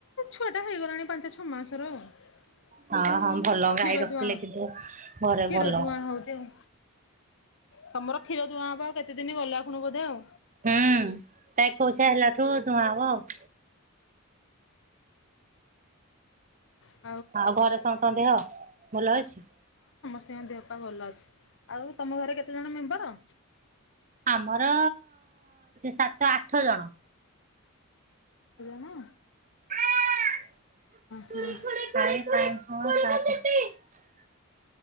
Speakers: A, on the left; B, on the right.
A: ଛୁଆଟା ହେଇଗଲାଣି ପାଞ୍ଚ ଛଅ ମାସର ଆଉ।
B: ହଁ ହଁ ଭଲ ଗାଈ
A: କ୍ଷୀର
B: ରଖିଲେ
A: ଦୁଆଁ
B: କିନ୍ତୁ ଘରେ
A: କ୍ଷୀର
B: ଭଲ।
A: ଦୁଆଁ ହଉଛି ଆଉ। ତମର କ୍ଷୀର ଦୁଆଁ ହେବା ଆଉ କେତେ ଦିନ ଗଲା ଖୁଣୁ ବଧେ ଆଉ।
B: ହୁଁ ତା ଏକୋଇଶିଆ ହେଲାଠୁ ଧୂଆଁ ହବ ଆଉ।
A: ହଁ।
B: ଆଉ ଘରେ ସମସ୍ତ ଦେହ ଭଲ ଅଛି?
A: ସିଂ ଦେହପା ଭଲ ଅଛି ଆଉ ତମ ଘରେ କେତେଜଣ ମେମ୍ବର?
B: ଆମର ସାତ ଆଠ ଜଣ।
A: ଏତେଜଣ!
B: <inaudible>
A: ହଁ